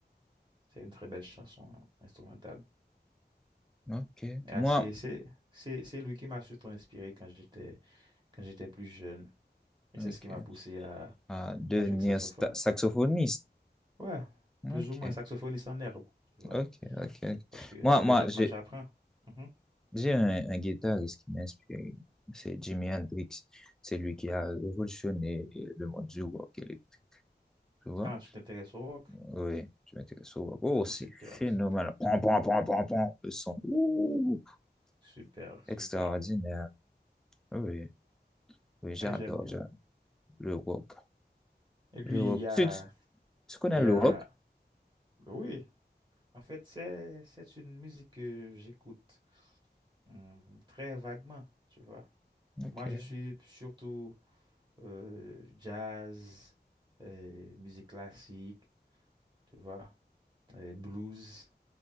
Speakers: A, on the right; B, in the centre.
A: C'est une très belle chanson instrumentale.
B: Ok.
A: Et,
B: Moi,
A: ah, c'est, c'est, c'est, c'est lui qui m'a surtout inspiré quand j'étais, quand j'étais plus jeune. Et
B: ok.
A: c'est ce qui m'a poussé à,
B: Ah, devenir
A: à jouer au saxophone.
B: sta- saxophoniste.
A: Ouais,
B: Ok.
A: plus ou moins saxophoniste en herbe, tu vois.
B: Ok. Ok. ok.
A: Parce que
B: Moi,
A: présentement,
B: moi, j'ai,
A: j'apprends. Mhm.
B: j'ai un, un guitariste qui m'inspire. C'est Jimi Hendrix. C'est lui qui a révolutionné le monde du rock électrique. Tu vois?
A: Ah, tu t'intéresses au rock?
B: Oui, je m'intéresse au rock. Oh, c'est
A: Super,
B: phénoménal.
A: super,
B: Pon, pon, pon, pon, pon. Le son. Ouh,
A: super, super.
B: extraordinaire. Oui. Oui, j'adore,
A: Ouais, j'aime bien.
B: j'adore le rock.
A: Et puis,
B: Le rock.
A: il y a
B: Tu, tu tu connais
A: Il y
B: le
A: a...
B: rock?
A: Oui, en fait, c'est, c'est une musique que j'écoute hum, très vaguement, tu vois.
B: Ok.
A: Moi, je suis surtout euh, jazz, euh, musique classique, tu vois, euh, blues,